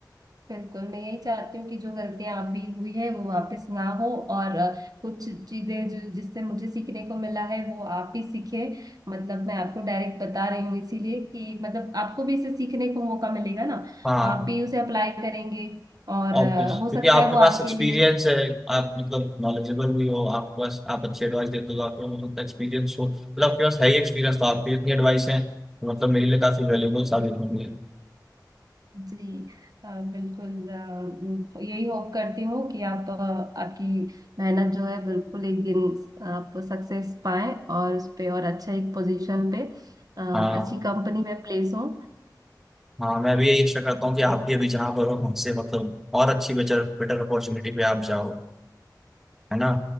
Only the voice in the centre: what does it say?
हाँ
ऑब्वियस
क्योंकि
आपके
पास
एक्सपीरियंस
है आप मतलब नॉलेजेबल भी हो आपके पास आप अच्छी एडवाइस देते हो आपके पास हो सकता है एक्सपीरियंस हो मतलब आपके पास है ही एक्सपीरियंस तो आपकी इतनी एडवाइस है मतलब मेरे लिए काफी वैल्यूबल साबित होंगी
हाँ
हाँ मैं भी यही आशा करता हूँ कि आप भी अभी जहाँ पर हो वहाँ से मतलब और अच्छी बेटर बेटर अपॉर्चुनिटी पे आप जाओ है ना